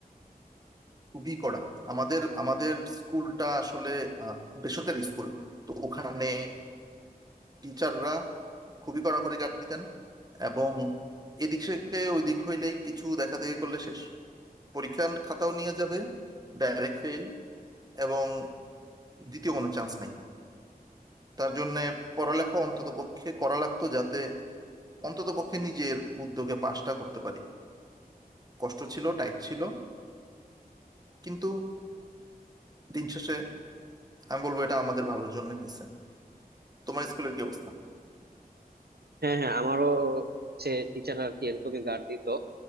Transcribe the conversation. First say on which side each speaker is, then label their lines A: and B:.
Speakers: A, on the right (about 25°); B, on the right (about 85°).
A: খুবই কড়া আমাদের আমাদের স্কুলটা আসলে আহ, বেসরকারি স্কুল তো ওখানে টিচাররা খুবই কড়াকড়ি গার্ড দিতেন এবং এদিক থেকে ওইদিক হইলেই কিছু দেখা দেখি করলে শেষ পরীক্ষার খাতাও নিয়ে যাবে ডাইরেক্ট ফেল এবং দ্বিতীয় কোনো চান্স নাই তার জন্য পড়ালেখা অন্তত পক্ষে করা লাগতো যাতে অন্তত পক্ষে নিজের উদ্যোগে পাশটা করতে পারি কষ্ট ছিল টাইট ছিল কিন্তু দিন শেষে আমি বলবো এটা আমাদের ভালোর জন্য হয়েছে তোমার স্কুলের কি অবস্থা
B: হ্যাঁ হ্যাঁ আমারও হচ্ছে টিচাররা আর কি এরকমই গার্ড দিত